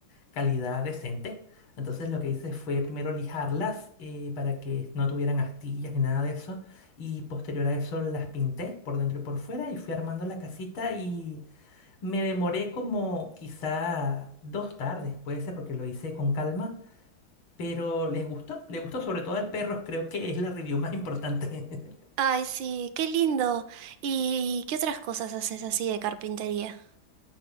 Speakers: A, on the left; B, on the right.
A: calidad decente. Entonces lo que hice fue primero lijarlas eh, para que no tuvieran astillas ni nada de eso. Y posterior a eso las pinté por dentro y por fuera y fui armando la casita y me demoré como quizá dos tardes, puede ser porque lo hice con calma. Pero les gustó, les gustó sobre todo al perro, creo que es la review más importante. <laughs>
B: Ay, sí, qué lindo. ¿Y qué otras cosas haces así de carpintería?